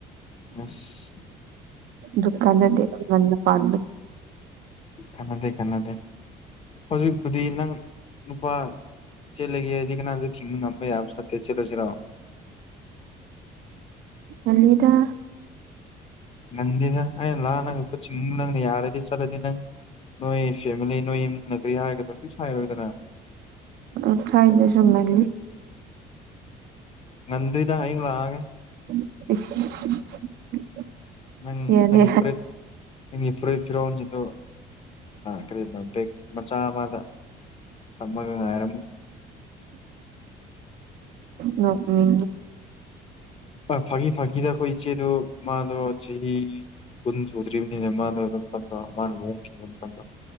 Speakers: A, on the left; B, on the right.
A: ꯑꯁ
B: ꯗꯨꯀꯥꯟꯗꯤꯅ ꯄꯥꯕ
A: ꯈꯟꯅꯗꯦ ꯈꯟꯅꯗꯦ ꯍꯧꯖꯤꯛꯄꯨꯗꯤ ꯅꯪ ꯅꯨꯄꯥ ꯆꯦꯂꯒꯦ ꯍꯥꯏꯗꯤ ꯀꯅꯥꯝꯁ ꯊꯤꯡꯕ ꯉꯝꯕ ꯌꯥꯕꯁꯨ ꯅꯠꯇꯦ ꯆꯦꯂꯁꯤꯔꯣ
B: ꯑꯗ
A: ꯉꯗ ꯑ ꯂ ꯅꯪ ꯆꯤꯡ ꯅꯪ ꯌꯥꯔꯗꯤ ꯆꯠꯂꯗꯤ ꯅꯪ ꯅꯣꯏ ꯐꯦꯃꯤꯂꯤ ꯅꯣꯏ ꯏꯃꯨꯡꯅ ꯀꯔꯤ ꯍꯥꯏꯔꯒꯗꯣ ꯁꯥꯏꯔꯣꯏꯗꯅ
B: ꯎ ꯆꯥꯏꯗꯁꯅꯂꯤ
A: ꯉꯟꯗ꯭ꯗ ꯍꯥꯏ ꯉꯂꯥꯒ
B: <unintelligible>
A: ꯅꯪ
B: ꯌꯥꯔꯦ
A: ꯅꯪ ꯏ꯭ꯔꯦ ꯪꯒꯤ ꯐ ꯐꯤꯔꯣꯜꯁꯤꯗꯨ ꯀꯔꯤ ꯕꯦꯛ ꯃꯆꯥ ꯑꯃꯗ ꯊꯃꯒ ꯉꯔꯝ
B: ꯅ ꯃꯤ
A: ꯐꯥꯤ ꯐꯥꯒꯤꯗ ꯑꯩꯈꯣꯏ ꯏ ꯆꯦꯗꯨ ꯃꯥꯗ ꯆꯍꯤ ꯀꯨꯟ ꯁꯨꯗ꯭ꯔꯤꯕꯅꯤꯅ ꯂ